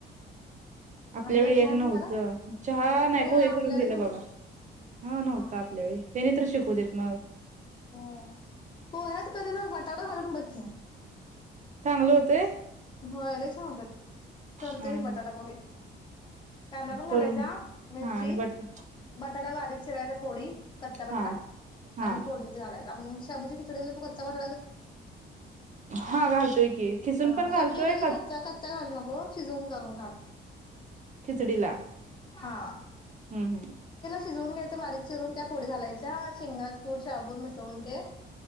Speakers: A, on the right; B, on the left.
A: आपल्या
B: आणि काय
A: वेळी
B: चहा
A: एक नव्हतं.
B: तेन झाला?
A: चहा नाही
B: होय
A: पोहे
B: आपल्याला
A: करून दिलं
B: नव्हतं.
A: बघा. हां नव्हता
B: हा
A: आपल्या वेळी त्यानी तर शिकवू देत मगं.
B: हो पोह्यात कधी तर, बटाटा घालून बघ की.
A: चांगलं होतंय.
B: हो लै छान होत्यात करते
A: हा
B: मी बटाटा पोहे. कांदा पण
A: करून
B: घालायचा मिरची,
A: हा आणि बट
B: बटाटा बारीक चिरायचा फोडी कच्चा बटाटा
A: हा हा
B: आणि फोडणीत घालायचा आप शाबुच्या खिचडीला तू कच्चा ब
A: हा घालतोय की खिसून
B: हं
A: पण घालतोय
B: शाबूच्या खिचडीला कच्चा कच्चा घालू नको शिजवून करून घाल.
A: खिचडीला.
B: हां.
A: हम्म हम्म.
B: शिजवून घ्यायचं बारीक चिरून त्या फोडी घालायच्या शेंगणाच कूट शाबूत मिसवून ते